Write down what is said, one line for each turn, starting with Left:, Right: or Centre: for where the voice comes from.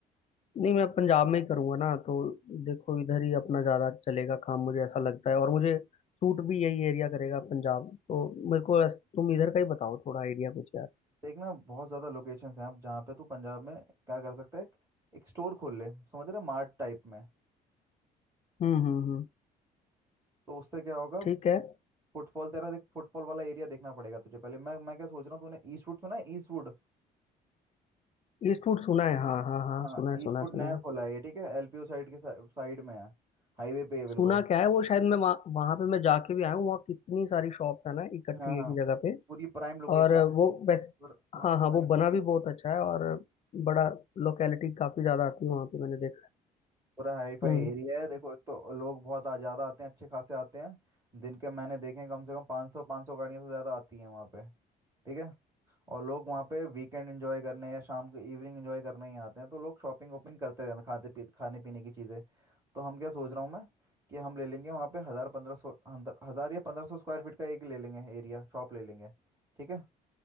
Left: नहीं मैं पंजाब में ही करूँगा ना तो देखो इधर ही अपना ज़्यादा चलेगा काम मुझे ऐसा लगता है और मुझे सूट भी यही एरिया करेगा पंजाब तो मेरे को तुम इधर का ही बताओ थोड़ा आइडिया कुछ यार
Right: देख ना बहुत ज़्यादा लोकेशंस हैं अब जहाँ पे तू पंजाब में क्या कर सकता है एक, एक स्टोर खोल ले समझ रहा मार्ट टाइप में
Left: हम्म हम्म हम्म
Right: तो उससे क्या होगा
Left: ठीक है
Right: फुटफॉल तेरा देख फुटफॉल वाला एरिया देखना पड़ेगा तुझे पहले मैं मैं क्या सोच रहा हूँ तूने ईस्टवुड सुना है ईस्टवुड
Left: ईस्टवुड सुना है हाँ हाँ हाँ
Right: हाँ
Left: सुना है
Right: ईस्टवुड
Left: सुना है सुना
Right: नया
Left: है
Right: खोला है ये ठीक है एलपीयू साइड के साइड में है हाईवे पे है बिल्कुल
Left: सुना क्या है वो शायद मैं वहाँ वहाँ पे मैं जाके भी आया हूँ वहाँ कितनी सारी शॉप्स है ना इकट्ठी
Right: हाँ हाँ
Left: एक ही जगह पे
Right: पूरी प्राइम लोकेशन
Left: और
Right: है
Left: वो बेस्ट
Right: और हाँ
Left: हाँ हाँ
Right: प्राइम
Left: वो
Right: लोकेशन
Left: बना भी बहुत अच्छा है और बड़ा लोकेलिटी काफी ज्यादा आती है वहाँ पे मैंने देखा
Right: पूरा हाई फाई
Left: है। हम्म
Right: एरिया है देखो एक तो लोग बहुत आ ज़्यादा आते हैं अच्छे खासे आते हैं दिन के मैंने देखे हैं, कम से कम 500 500 गाड़ियाँ से ज़्यादा आती हैं वहाँ पे ठीक है और लोग वहाँ पे वीकेंड एंजॉय करने या शाम को इवनिंग एंजॉय करने ही आते हैं तो लोग शॉपिंग वॉपिंग करते रहते हैं खाते पी खाने पीने की चीज़ें तो हम क्या सोच रहा हूँ मैं कि हम ले लेंगे वहाँ पे हज़ार पंद्रह सौ हज़ार या पंद्रह सौ स्क्वायर फीट का एक ले लेंगे एरिया शॉप ले लेंगे ठीक है